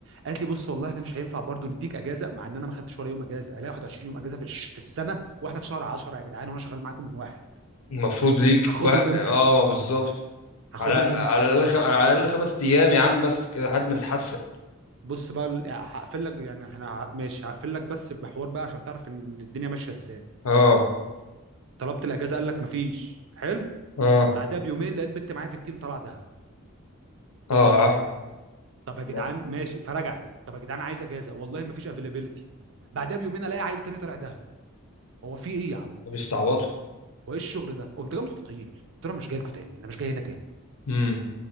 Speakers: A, on the right; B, on the left.
A: قالت لي بص والله احنا مش هينفع برضو نديك اجازه مع ان انا ما خدتش ولا يوم اجازه الاقي 21 يوم اجازه في الش- في السنه واحنا في شهر 10 يا جدعان وانا شغال معاكم من واحد
B: المفروض ليك
A: هاخدهم
B: و...
A: امتى
B: اه بالظبط
A: هاخدهم
B: على على
A: امتى
B: الاقل خ... على الاقل خمس ايام يا عم بس كده لحد ما تتحسن
A: بص بقى ال- يعني هقفل لك يعني احنا ه- ماشي هقفل لك بس بحوار بقى عشان تعرف ان الدنيا ماشيه ازاي
B: اه
A: طلبت الاجازه قال لك مفيش حلو
B: اه
A: بعدها بيومين لقيت بنت معايا في التيم طالعه دهب
B: اه
A: ايه ده
B: آه.
A: طب يا جدعان
B: ما
A: ماشي فرجعت طب يا جدعان عايز اجازه والله ما فيش افيلابيلتي بعدها بيومين الاقي عيل تاني طالع دهب هو في ايه يا عم
B: ما بيستعبطوا
A: هو ايه الشغل ده قمت جاي مستقيل قلت له أنا مش جاي لكم تاني انا مش جاي هنا تاني
B: امم